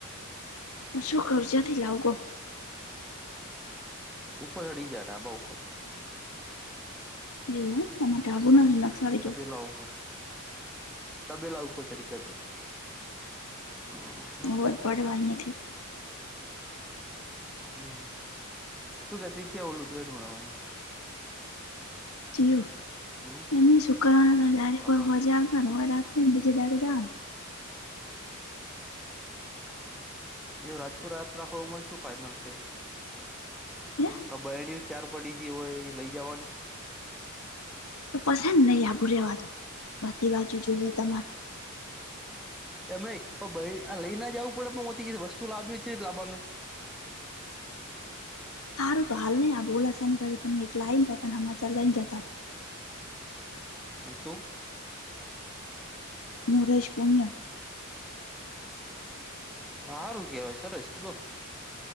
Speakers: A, on the left; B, in the centre.
A: શું કવઝાથી લાવગો.
B: ઉપર ચ્યડી જયાટા ઢાબા ઉપર.
A: એવું આમાં ટાબુ નહી નકસાડી
B: તબેલા
A: જો
B: ઉપર. તબેલા ઉપર ચડી જાતો. <unintelligible>
A: હોવાય પડવાય નથી.
B: હમ્મ. શું કેથી ક્યાં ઓલું તું એનું રા <unintelligible>
A: જીયુ
B: હમ
A: એમેય શુક્રવારના ડાયરેકો
B: બાબર
A: હોજા આવતા ને હો રાત્રે ને બીજે દાડે જવાનું.
B: એ રાજપુરા યાત્રાખવમાં શું ફાઈનલ થીયું.
A: હે
B: આ બરણ્યુ ચાર પડીથી હોય લઈ જવાની?
A: પસંદ નહી આભુ રેવાનો બધી બાજુ જોવે તમાર
B: એમ નઇ આ ભઇ લઈને જવું પડે પણથી વસ્તુ લાવી થી ત લાવવા નહી.
A: સારું તો હાલ નહી આ બોલાસાની ર તમે એક લાઈન પર પણ હમા ત લઈને જતા રે,
B: અંન તુ?
A: મોરે જ પૂન્ય
B: સારું કેહેવાય સરસ લો,